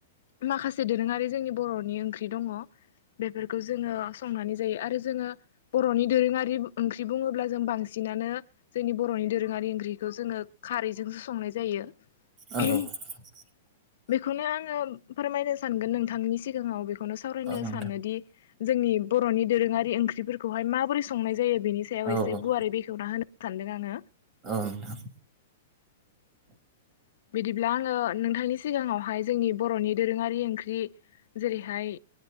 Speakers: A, on the left; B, on the right.
A: माखा से दोरोङारि जोंनि बर'नि ओंख्रि दङ बेफोरखौ जोङो संनानै जायो आरो जोङो। बर'नि दोरोङारि ओंख्रि बुङोब्ला जों बांसिनानो जोंनि बर'नि दोरोङारि ओंख्रिखौ जोङो खारैजोंसो संनाय जायो।
B: औ
A: <unintelligible>
B: <unintelligible>
A: बेखौनो आङो फोरमायनो सानगोन नोंथांनि सिगाङाव बे खौनो सावरायनो
B: औ नोंथां
A: सानोदि जोंनि बर'नि दोरोङारि ओंख्रिफोरखौहाय माबोरै संनाय जायो। बिनि सायाव
B: औ
A: एसे
B: औ
A: गुवारै बेखेवना होनो सानदों आङो।
B: औ नोंथां
A: बिदिब्ला आङो नोंथांनि सिगाङावहाय जोंनि बर'नि। दोरोङारि ओंख्रि जेरैहाय